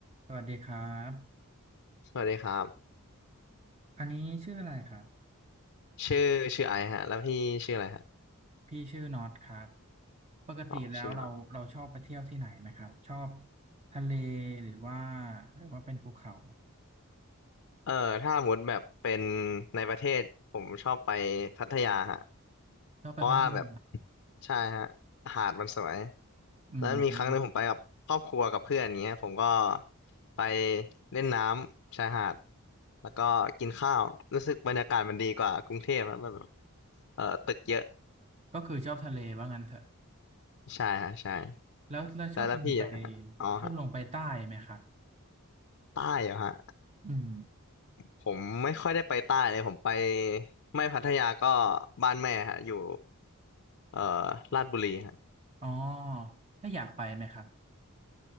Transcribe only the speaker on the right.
สวัสดีครับ
อันนี้ชื่ออะไรครับ
พี่ชื่อน็อตครับปกติแล้วเราเราชอบไปเที่ยวที่ไหนไหมครับชอบ
ทะเลหรือว่าหรือว่าเป็นภูเขา
ชอบไปพัทยา
อืม
ก็คือชอบทะเลว่างั้นเถอะ
แล้วแล้วชอบลงไป
ชอบลงไปใต้ไหมครับ
อืม
อ๋อถ้าอยากไปไหมครับ